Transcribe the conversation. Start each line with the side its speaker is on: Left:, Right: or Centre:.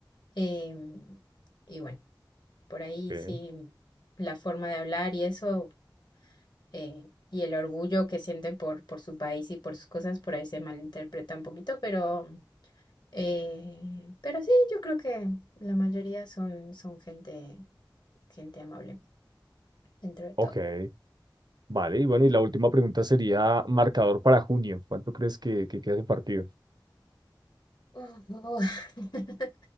Left: em, y bueno, por ahí
Right: ok,
Left: sí la forma de hablar y eso eh, y el orgullo que sienten por, por su país y por sus cosas, por ahí se malinterpreta un poquito, pero, eh, pero sí, yo creo que la mayoría son, son gente, gente amable dentro de todo.
Right: ok. Vale, y bueno, y la última pregunta sería marcador para junio. ¿Cuánto crees que, que queda de partido?
Left: Oh, oh. <laughs>